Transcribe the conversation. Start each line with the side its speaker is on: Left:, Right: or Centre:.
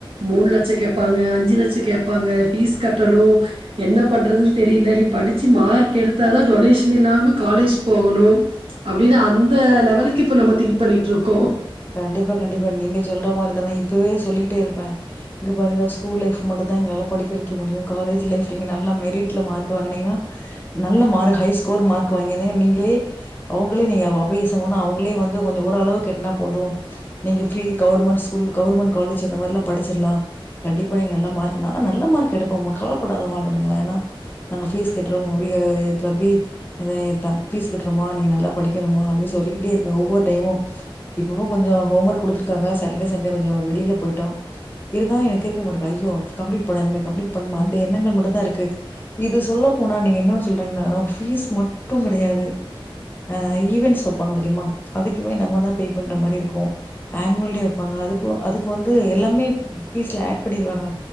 Right: மூணு லட்ச கேட்பாங்க அஞ்சு லட்ச கேப்பாங்க ஃபீஸ் கட்டனு என்ன பண்றதுன் தெரியில நீ படிச்சு மார்க் எடுத்தா தா டொனேஷன் இல்லாம காலேஜ் போகணு அப்படின்னு அந்த லெவலுக்கு இப்ப நம்ம திங்க் பண்ணிட்டு இருக்கோ
Left: கண்டிப்பா கண்டிப்பா நீங்க சொல்ற மாரி தான இப்பவே சொல்லிகிட்டே இருப்பே இங்க பாருங்க ஸ்கூல் லைஃப் மட்டு தா எங்களால படிக்க வெக்க முடியு காலேஜ் லைஃப்ல நீங்க நல்லா மெரிட்ல மார்க் வாங்கினீங்க நல்ல மார்க் ஹை ஸ்கோர் மார்க் வாங்கிருந்தீங்க நீங்களே அவங்களே நீங்க அப்ளீகேசன் போனா அவுங்களே வந்து கொஞ்சோ ஓரளவுக்கு என்ன போது நீங்க free government school government college இந்த மாரி எல்லா படிச்சிறலா கண்டிப்பா நீ நல்ல மார்க் நாங்க நல்ல மார்க் எடுப்போம்மா கவலப்படாத மா அப்படிங்க ஏன்னா நாங்க பீஸ் கட்டுற முடியறப்பி ஆ பீஸ் கட்டுறோமா நீங்க நல்லா படிக்கணுமா அப்படின்னு சொல்லிக்கிட்டே இருப்பே ஒவ்வொரு டைமு இப்பவு கொஞ்ச ஹோம் ஒர்க் குடுத்துருக்காங்க சாட்டர்டே சண்டே கொஞ்ச வெளியில போயிட்டோ இருந்தாலு எனக்கு இருக்க மாட்டேக்க ஐயோ கம்ப்ளீட் பண்ணனுமே கம்ப்ளீட் பண்ணுமா அந்த எண்ணங்கள் மட்டு தா இருக்கு இது சொல்ல போனா நீங்க இன்னோனு சொல்றீங்களா நமக்கு ஃபீஸ் மட்டு கெடையாது ஆ ஈவெண்ட்ஸ் வெப்பாங்க தெரியுமா அதுக்குமே நம்ம தா பே பண்ற மாரி இருக்கு அன்வல்டே வெப்பாங்க அதுக்கு அதுக்கு வந்து எல்லாமே பீஸ்ல ஆட் பண்ணிருவாங்க